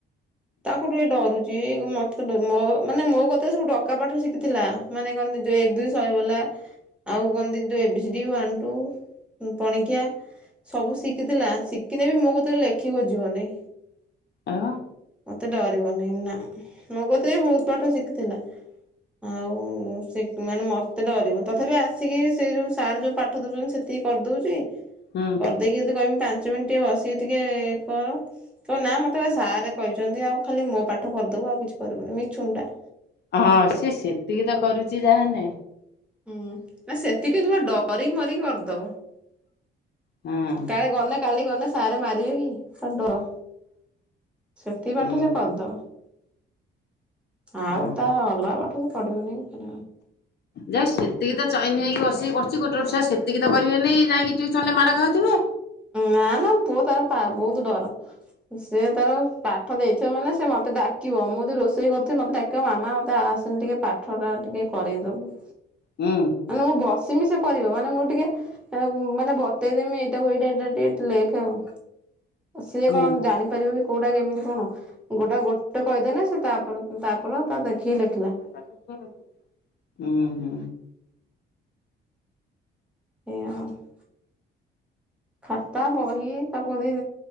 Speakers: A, in the centre; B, on the left.
A: ତାକୁ ଟିକେ ଡରୁଚି ଏ ମତ୍ ମୋ ମାନେ ମୋ କତରେ ସବୁ ଡକା ପାଠ ଶିଖିଥିଲା ମାନେ କହନ୍ତି ଏକ ଦୁଇ ଶହେ ବଲା। ଆଉ କଣ ଦେଇଦିଅ A B C D one two ପଣିକିଆ ସବୁ ଶିଖିଥିଲା ଶିଖିଲେ ବି ମୋ କତିରେ ଲେଖି ବୁଜି ବନି।
B: ଆଉ
A: ମତେ ଡରିବନି ନା ମୋ କତିରେ ବୋହୁତ ପାଠ ଶିଖିଥିଲା। ଆଉ ସେ ମାନେ ମତେ ଡରିବ ତଥାପି ଆସିକି ସେ ଯୋଉ ସାର୍ ଯୋଉ ପାଠ ଦଉଛନ୍ତି ସେ କିଏ କରିଦଉଚି?
B: ହୁଁ
A: କରିଦେଇକି ଯଦି କହିବି ପାଞ୍ଚ ମିନିଟ ବସିକି ଟିକେ କର କହିବ ନା ମତେ ପା ସାରେ କହିଛନ୍ତି ଆଉ ଖାଲି ମୋ ପାଠ କରିଦବୁ ଆଉ କିଛି କରିବୁନି ମିଛୁଁଟା
B: ହଁ ସେ ସେତିକି ତ କରୁଛି ଯାହାନେ
A: ହୁଁ ନା ସେତିକି ଡରିକି ମରିକି କରିଦବ।
B: ହଁ
A: କାଳେ ଗନେ କାଲି ଗନେ ସାରେ ମାରିବେ କି ତାର ଡର ସେତିକ ପାଠ
B: ଉଁ
A: ସେ କରିଦବ। ଆଉ
B: ହଁ।
A: ତା ଅଲଗା ପାଠ ସେ ପଢ଼ିବନି କି
B: ଯାହା ହଉ ସେତିକି ତ ଚଇନି ହେଇକି ବସିକି କରୁଛି ଗୋଟେ ଗୋଟେ ଛୁଆ ସେତିକି ତ କରିବେନି ଯାଇକି ଟିଉସନରେ ମାଡ଼ ଖାଉଥିବେ।
A: ନା ନା ପୁଅ ତାର ପା ବୋହୁତ ଡର। ସେ ତାର ପାଠ ଦେଇଥିବ ମାନେ ସେ ମତେ ଡାକିବ ମୁଁ ଯଦି ରୋଷେଇ ରୋସେଇ କରୁଥିବି ମତେ ଡାକିବ ମାମା ମତେ ଆସନି ଟିକେ ପାଠ ଟା ଟିକେ କରେଇଦବୁ।
B: ହୁଁ।
A: ମାନେ ମୁଁ ବସିମି ସେ କରିବ ମାନେ ମୁଁ ଟିକେ ମାନେ ବତେଇଦେମି ଏଇଟାକୁ ଏଇଟା <unintelligible> ଲେଖେ ଆଉ ସିଏ
B: ହୁଁ
A: କଣ ଜାଣି ପାରିବ କି କୋଉଟା କେମିତି କଣ କୋଉଟା ଗୋଟେ କହିଦେଲେ ସେ ତାପର କୁ ତାପର ତାକୁ ଦେଖିକି ଲେଖିଲା।
B: <inaudible> ହୁଁ ହୁଁ
A: ଏଇ ହଁ <unintelligible> ଖାତା ବହି ତାକୁ ଯଦି